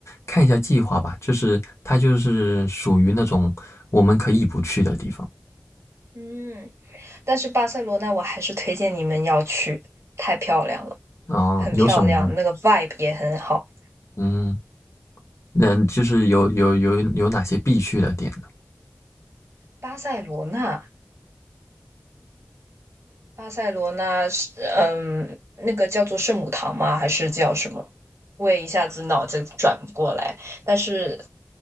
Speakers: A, on the left; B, on the right.
A: 看一下计划吧。就是它就是属于那种我们可以不去的地方
B: 嗯，但是巴塞罗那我还是推荐你们要去，太漂亮了，
A: 啊，
B: 很漂亮，
A: 有什么呢？
B: 那个 vibe 也很好。
A: 嗯，那就是有有有有哪些必去的点呢？
B: 巴塞罗那巴塞罗那是嗯，那个叫做圣母堂吗？还是叫什么？我也一下子脑子转不过来。但是